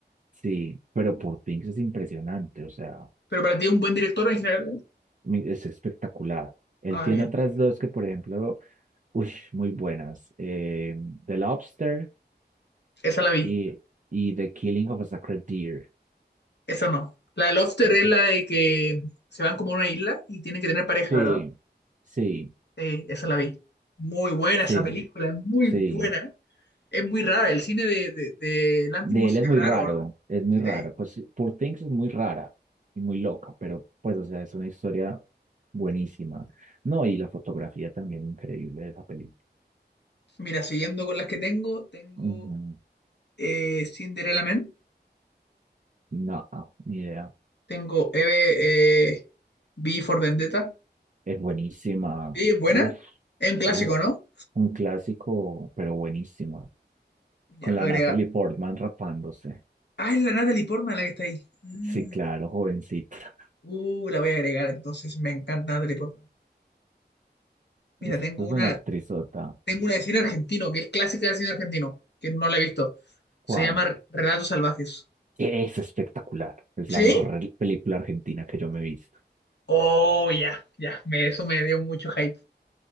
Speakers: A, on the right; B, on the left.
A: sí, pero Poor Things es impresionante, o sea,
B: Pero para ti, un buen director en general. ¿no?
A: mi- es espectacular. Él
B: Ah,
A: tiene
B: bien.
A: otras dos que, por ejemplo, uy, muy buenas, eh, The Lobster
B: Esa la vi.
A: y, y The Killing of a Sacred Deer.
B: Esa no. La de Lobster
A: Esa-
B: es la de que se van como a una isla y tienen que tener pareja,
A: Sí,
B: ¿verdad?
A: sí.
B: Sí, esa la vi. Muy buena
A: Sí,
B: esa película, Es muy
A: sí.
B: buena. Es muy rara. El cine de, de, de Lanthimos
A: De él es
B: es
A: muy raro,
B: raro, ¿verdad?
A: es muy raro.
B: Sí.
A: Pues Poor Things es muy rara y muy loca, pero pues, o sea, es una historia buenísima. No, y la fotografía también increíble de esa película.
B: Mira, siguiendo con las que tengo, tengo
A: Ujú.
B: eh, Cinderella Man,
A: No, ni idea.
B: tengo Eve, eh, V for Vendetta,
A: Es buenísima.
B: Sí, es buena.
A: Uf,
B: Es un clásico,
A: uf.
B: ¿no?
A: Un clásico, pero buenísima. Con
B: Ya,
A: la
B: agrega.
A: Natalie Portman rapándose.
B: Ah, es la Natalie Portman la que está ahí. Ah,
A: Sí, claro, jovencita.
B: Uh, la voy a agregar, entonces me encanta Natalie Portman. Mira,
A: <laughs> Esto
B: tengo
A: es
B: una,
A: una actrizota.
B: tengo una de cine argentino, que es clásica de cine argentino, que no la he visto.
A: ¿Cuál?
B: Se llama Relatos Salvajes.
A: Es espectacular. Es
B: ¿Sí?
A: la mejor re- película argentina que yo me he visto.
B: Oh, ya, ya. me- eso me dio mucho hype.